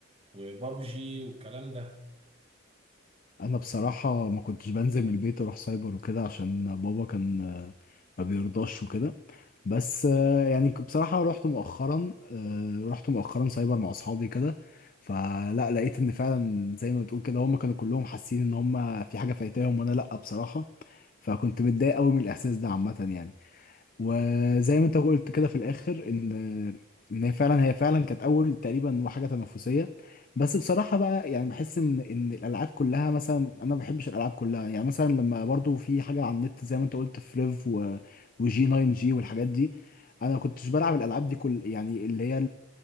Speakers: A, on the right; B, on the left.
A: وبابجي والكلام ده
B: انا بصراحه ما كنتش بنزل من البيت اروح سايبر وكده عشان بابا كان آه، ما بيرضاش وكده بس آه، يعني ك- بصراحه رحت مؤخرا آه، رحت مؤخرا سايبر مع اصحابي كده فلا لقيت ان فعلا زي ما بتقول كده هم كانوا كلهم حاسين ان هم في حاجه فايتاهم وانا لا بصراحه فكنت متضايق قوي من الاحساس ده عامه يعني وزي ما انت قلت كده في الاخر ان ان هي فعلا هي فعلا كانت اول تقريبا حاجه تنافسيه بس بصراحه بقى يعني بحس ان ان الالعاب كلها مثلا انا ما بحبش الالعاب كلها يعني مثلا لما برضو في حاجه على النت زي ما انت قلت فريف و وجي 9 جي والحاجات دي انا ما كنتش بلعب الالعاب دي كل يعني اللي هي